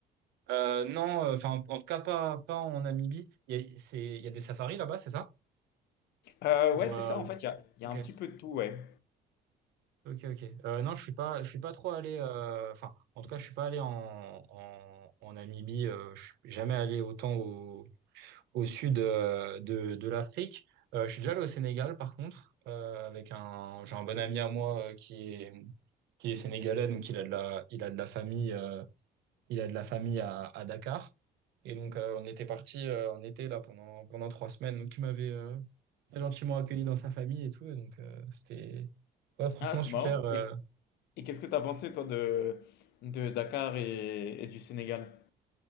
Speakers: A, on the right; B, on the left.
A: Euh, non, enfin en en tout cas pas, pas en Namibie. Il y a, c'est, il y a des safaris là-bas, c'est ça?
B: Euh,
A: Ou,
B: ouais, c'est
A: euh,
B: ça,
A: ou-
B: en fait, il y a, il
A: Ok,
B: y a un petit peu de tout, ouais.
A: ok, ok. Euh, non, je suis pas, je suis pas trop allé. euh, Enfin, en tout cas, je suis pas allé en, en, en Namibie. euh, je suis jamais allé autant au, au sud euh, de, de l'Afrique. Euh, je suis déjà allé au Sénégal, par contre, euh, avec un, j'ai un bon ami à moi euh, qui est, qui est sénégalais, donc il a de la, il a de la famille, euh, il a de la famille à, à Dakar. Et donc, euh, on était parti en été là pendant, pendant trois semaines. Donc, il m'avait euh, très gentiment accueilli dans sa famille et tout. Et donc, euh, c'était ouais, franchement
B: Ah, c'est
A: super.
B: marrant.
A: euh,
B: Et, et qu'est-ce que tu as pensé, toi, de, de Dakar et et du Sénégal?